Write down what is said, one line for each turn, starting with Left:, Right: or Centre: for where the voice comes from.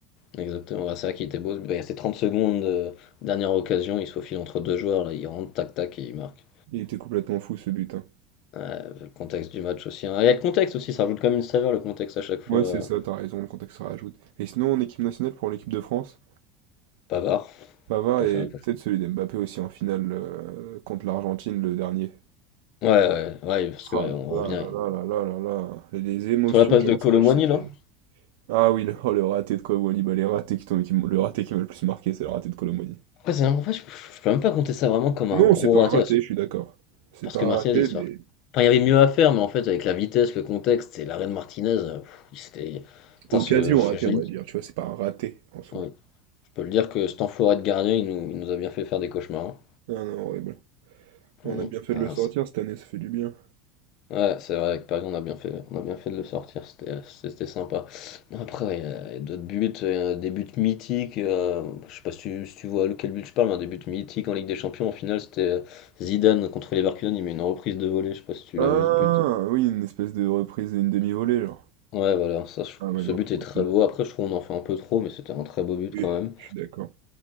Left: Exactement, bah, c'est ça qui était beau. Bah, Il restait 30 secondes, euh, dernière occasion, il se faufile entre deux joueurs, là, il rentre, tac tac, et il marque.
Right: Il était complètement fou ce but. hein.
Left: Ouais, le contexte du match aussi. hein. Il y a le contexte aussi, ça rajoute quand même une saveur, le contexte à chaque fois.
Right: Ouais,
Left: euh,
Right: c'est ça, t'as raison, le contexte se rajoute. Et sinon, en équipe nationale pour l'équipe de France,
Left: Pavard,
Right: Pavard
Left: je
Right: et
Left: sais pas,
Right: peut-être celui d'Mbappé aussi en finale euh, contre l'Argentine le dernier.
Left: Ouais, ouais, ouais, parce
Right: Ah
Left: que, ouais, on
Right: là
Left: revient
Right: là là là là là là. Les les émotions
Left: sur la passe
Right: durant
Left: de Colomboigny,
Right: ce match, c'était.
Left: là.
Right: Ah oui, le, oh, le raté de Colomboigny, bah les ratés qui t'ont- qui m'ont- le raté qui m'a le plus marqué, c'est le raté de Colomboigny.
Left: Après, c'est en fait, je, je peux même pas compter ça vraiment comme
Right: Non,
Left: un gros
Right: c'est pas un
Left: raté,
Right: raté,
Left: parce,
Right: je suis d'accord. C'est
Left: parce
Right: pas
Left: que
Right: un
Left: Martinez,
Right: raté,
Left: il
Right: mais
Left: se Enfin, il y avait mieux à faire, mais en fait, avec la vitesse, le contexte et l'arrêt de Martinez, euh, pff, il s'était... Putain,
Right: occasion
Left: ce, je,
Right: ratée,
Left: je
Right: on
Left: le
Right: va
Left: dire,
Right: dire. Tu vois, c'est pas un raté en soi.
Left: ouais. Je peux le dire que cet enfoiré de gardien, il nous, il nous a bien fait faire des cauchemars.
Right: Ah non, horrible. On
Left: hein.
Right: a bien fait
Left: Mm.
Right: de le
Left: Enfin,
Right: sortir cette année, ça fait du bien.
Left: Ouais, c'est vrai, avec Paris, on a bien fait, on a bien fait de le sortir, c'était c'était sympa. Non, après, il y a, il y a d'autres buts, euh, des buts mythiques, euh, je sais pas si tu, si tu vois lequel but je parle, mais un des buts mythiques en Ligue des Champions, en finale, c'était euh, Zidane contre Leverkusen, il met une reprise de volée, je sais pas si tu
Right: Ah,
Left: l'as vu ce but.
Right: oui, une espèce de reprise et une demi-volée, genre.
Left: Ouais, voilà, ça, je-
Right: Ah ouais,
Left: ce
Right: non,
Left: but
Right: je pense
Left: est très
Right: que oui,
Left: beau, après, je trouve qu'on en fait un peu trop, mais c'était un très beau but
Right: Oui,
Left: quand même.
Right: je suis d'accord.